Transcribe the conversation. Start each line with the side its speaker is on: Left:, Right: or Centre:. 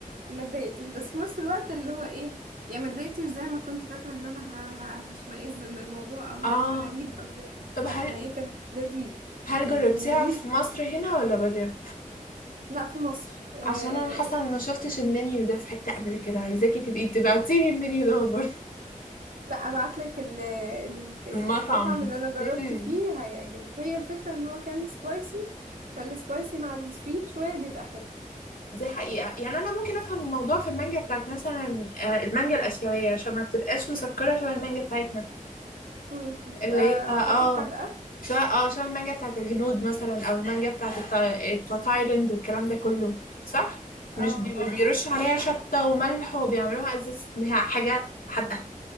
Right: ما اتضايقتش بس في نفس الوقت اللي هو ايه يعني ما اتضايقتش زي ما كنت فاكره ان انا ه- ه- هشمئز من الموضوع او
Left: اه
Right: هيبقى غريب او كده
Left: طب
Right: لا
Left: هل
Right: هي كانت لذيذ
Left: هل
Right: يعني
Left: جربتيها
Right: كان لذيذ
Left: في مصر هنا ولا برا
Right: لا في مصر آه
Left: عشان انا حاسة ان انا شفتش المنيو ده في حتة قبل كده عايزاكي تبقي تبعتيلي المنيو ده برضه
Right: لا ابعت لك المطعم
Left: <laughs> المطعم
Right: اللي انا جربت
Left: مم.
Right: فيه هيعجبك هي الفكره ان هو كان سبايسي فالسبايسي مع السويت شويه بيبقى حلو
Left: دي حقيقة يعني أنا ممكن أفهم الموضوع في المانجا بتاعت مثلا آه، المانجا الآسيوية عشان ما بتبقاش مسكرة شبه المانجا بتاعتنا
Right: امم بتبقى
Left: اللي هي اه
Right: اعتقد
Left: آه،
Right: حادقه
Left: شبه اه شبه المانجا بتاعت الهنود مثلا أو المانجا بتاعت التا- بتاع تايلاند والكلام ده كله صح؟ مش
Right: اه
Left: بي-
Right: اه
Left: بيرشوا عليها شطة وملح وبيعملوها أساس إنها حاجة حادقة